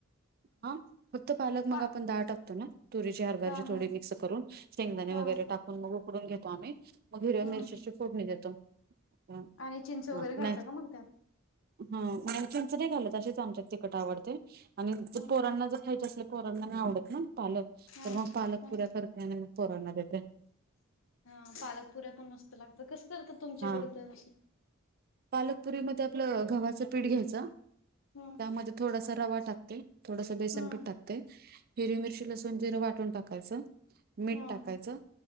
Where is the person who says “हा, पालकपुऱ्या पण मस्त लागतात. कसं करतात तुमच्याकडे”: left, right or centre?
Left